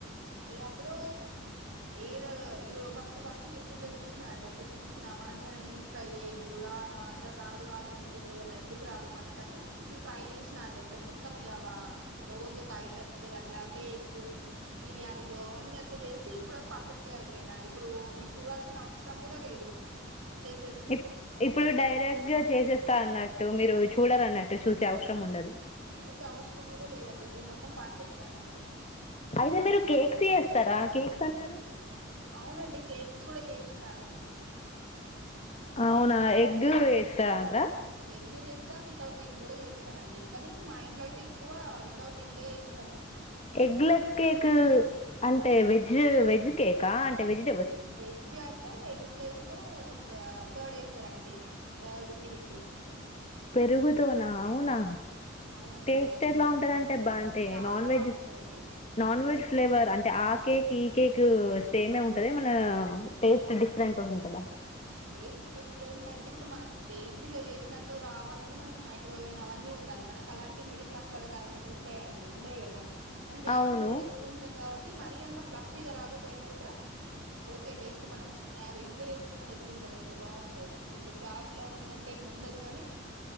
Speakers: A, on the right; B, on the left.
A: ఇ అప్పుడు ఏదో ఫస్ట్ ఫస్ట్ యూట్యూబ్ లో చూసినా అండి ఒకసారి చూసిన మనం ఎందుకు ట్రై చేయొద్దు రాదా అందరు రాదు రాదు అంటు్ర కదా ఎందుకు రాదు మనకు కానీ ఇట్లా ట్రై చేసినా అండి ఒకసారి మొత్తం ఇ రోజు ఒక ఐటమ్స్ అట్లా కేక్స్ బిర్యానీలు అవన్నీ అట్లా చేసి పర్ఫెక్ట్ గా అయిపోయింద అండి ఇప్పుడు నేను చూడాల్సిన అవసరం కూడా లేదు చేసే
B: ఇప్ ఇప్పుడు డైరెక్ట్ గా చేసేస్తా అన్నట్టు మీరు చూడరు అన్నట్టు చూసే అవసరం ఉండదు
A: చూసే అవసరం కూడా లేదండి ఇప్పుడు మొత్తం పర్ఫెక్ట్ అన్నట్టు
B: అయితే మీరు కేక్స్ చేస్తారా కేక్స్ అన్నారు
A: అవునండి కేక్స్ కూడా చేస్తాను
B: అవునా ఎగ్ ఇస్త అంత్ర
A: ఎగ్ చేస్తా వితౌట్ ఎగ్ కూడా చేస్తానండి కానీ మా ఇంట్లో అయితే ఎక్కువ వితౌట్ ఎగ్ే ఇష్ట
B: ఎగ్లస్ కేక్ అంటే వెజ్ వెజ్ కేకా అంటే వెజ్
A: వెజ్ అంటే ఎగ్ ప్లేస్ అ లో ఒక కర్డ్ వేస్తారంండి కర్డ్ మిల్క్
B: పెరుగుదనా అవునా
A: అవునండి.
B: టేస్ట్ ఎలా ఉంటదింటే బా అంటే
A: చాలా
B: నాన్ వెజ్
A: బావుంటదండి.
B: నాన్ వెజ్ ఫ్లేవర్ అంటే ఆ కేక్ ఈ కేక్ సేమే ఉంటది మన టేస్ట్ డిఫరెంట్ ఉ ఉంటదా
A: టేస్ట్ డిఫరెంట్ అంటే ఇప్పుడు మనకు బేకరీలో చేసినట్టు రావాలంటే మనకి మైక్రోవేవన్ అవన్నీ ఉంట మన అలాంటి మిడిల్ క్లాస్ వాళ్ళకి అలాంటి ఉంటాయా అండి ఉండేయి కదా మనం గ్యాస్
B: అవును
A: మీద వేసుకుంటాం కాబట్టి మరి అంత ప్లఫిగా రాకపోయినా కూడా ఓకే టేస్ట్ మనం ఇంట్లో వసుకు ఇట్లు ఉంటది అట్లా బాగుంటది ఇప్పుడు షాప్ లో ఉన్నట్టటు ఏం ఉండదు కాగాని